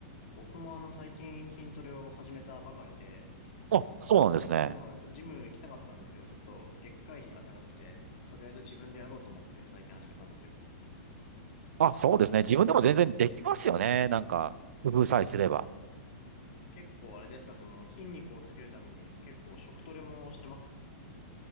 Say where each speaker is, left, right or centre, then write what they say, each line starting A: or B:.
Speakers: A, on the left; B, on the right.
A: 僕もあの最近筋トレを始めたばかりで、
B: あ、そうなんですね。
A: ちょ、そうなんですよ。ジム行きたかったんですけど、ちょっと月会費が高くて、とりあえず自分でやろうと思って最近始めたんですよ。
B: あ、そうですね。自分でも全然できますよね。なんか、工夫さえすれば。
A: ほうほう結構あれですか、その筋肉をつけるために結構食トレもしてますか